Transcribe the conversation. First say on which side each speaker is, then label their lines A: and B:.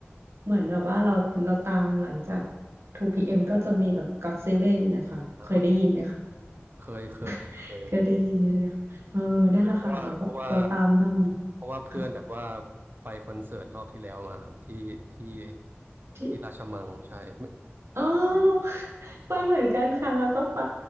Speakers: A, on the right (about 80°); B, on the right (about 50°).
A: เหมือนแบบว่าเราเราตามหลังจาก 2PM ก็จะมีแบบก็ o เซเว่นนะคะเคยได้ยินไหมคะ
B: แล้วก็เคยเคยเคย
A: <laughs> เคยได้ยินเลยนะคะเออนั่นแหละค่ะเราก็เราตามด้อมนี้
B: เคยเพราะว่าเพราะว่าเพราะว่าเพื่อนแบบว่า
A: ค่ะ
B: ไปคอนเสิร์ตรอบที่แล้วมาครับที่ที่
A: ที่
B: ที่ราชมังใช่ไม่
A: อ๋อ <laughs>
B: ใช่ใช่
A: ไปเหมือนกันค่ะเราก็ไป